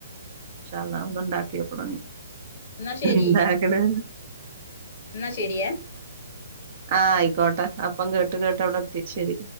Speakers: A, on the right (about 40°); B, on the left (about 45°).
A: ഇൻശാ അള്ളാ ഒന്ന്ഉണ്ടാക്കി നോക്കണം
B: എന്നാ ശരി
A: എന്താ ക്ണ്
B: എന്നാ ശരിയേ
A: ആഹ് ആയിക്കോട്ടെ അപ്പം കേട്ട് കേട്ട് അവിടെ എത്തി ശെരി